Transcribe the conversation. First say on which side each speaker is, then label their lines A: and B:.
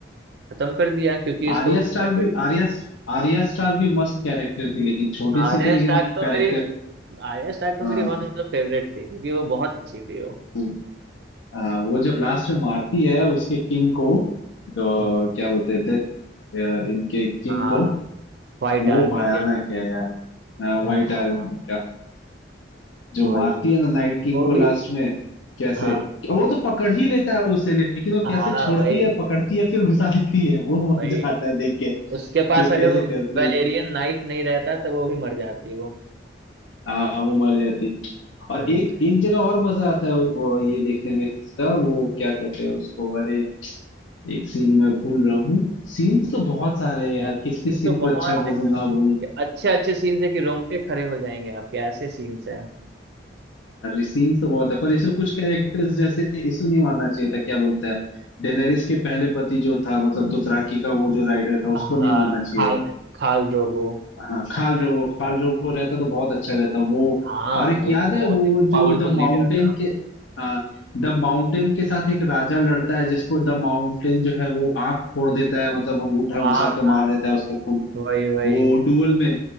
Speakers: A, on the right; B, on the left.
A: खत्म कर दिया क्योंकि इसको
B: आर्या
A: फेवरेट
B: स्टार्क भी आर्या आर्या स्टार्क भी मस्त कैरेक्टर थी लेकिन छोटी
A: आर्या
B: सी थी लेकिन
A: स्टार्क तो
B: कैरेक्टर
A: मेरी आर्या स्टार्क तो
B: हाँ
A: मेरी वन ऑफ द फेवरेट थी क्योंकि वो बहुत अच्छी थी वो
B: हम्म, हाँ, वो जब लास्ट में मारती है उसके किंग को तो
A: हम्म, हम्म,
B: क्या बोलते हैं डेथ
A: हम्म।
B: इनके किंग
A: हाँ
B: को
A: व्हाइट
B: वो
A: आर्मी
B: भयानक
A: के
B: है यार हाँ, व्हाइट
A: हाँ
B: आयरन जो
A: वही
B: मारती है ना नाइट किंग
A: वो
B: को
A: भी
B: लास्ट में कैसे
A: हाँ
B: वो तो पकड़ ही लेता है उसे लेकिन वो
A: हाँ
B: कैसे छोड़ती
A: वही
B: है पकड़ती है फिर घुसा देती है वो
A: वही
B: मजा आता है देख के
A: उसके
B: कि
A: पास
B: वो
A: अगर
B: कैसे
A: वो
B: करती
A: वेलेरियन
B: है
A: नाइफ नहीं रहता तो वो भी मर जाती वो
B: हाँ वो मर जाती और
A: हम्म
B: एक एक जगह और मजा आता है वो, वो ये देखने में इसका वो क्या कहते हैं उसको अरे एक सीन मैं भूल रहा हूँ सीन्स तो बहुत सारे हैं यार किस
A: सीन्स
B: किस सीन
A: तो
B: को
A: बहुत
B: अच्छा बोलूं
A: एकदम कि
B: ना बोलूं
A: अच्छे अच्छे सीन्स है कि रोंगटे खड़े हो जाएंगे आपके ऐसे सीन्स हैं
B: सीन्स तो बहुत है पर इसमें कुछ कैरेक्टर्स जैसे इसको नहीं मारना चाहिए था क्या बोलता है डेनेरिस के पहले पति जो था मतलब दोथराकी का वो जो राइडर था उसको
A: हाँ
B: नहीं मारना चाहिए
A: खाल
B: था
A: खाल ड्रोगो
B: हाँ खाल ड्रोगो खाल ड्रोगो रहता तो बहुत अच्छा रहता वो
A: हाँ
B: और एक
A: वो
B: याद
A: बहुत
B: है वो
A: ही पावरफुल
B: जो द माउंटेन
A: लीडर था
B: के हाँ द माउंटेन के साथ एक राजा लड़ता है जिसको द माउंटेन जो है वो आंख फोड़ देता है मतलब अंगूठा
A: हाँ
B: घुसा के
A: हाँ
B: मार देता है उसका खून
A: वही वही
B: वो डुअल में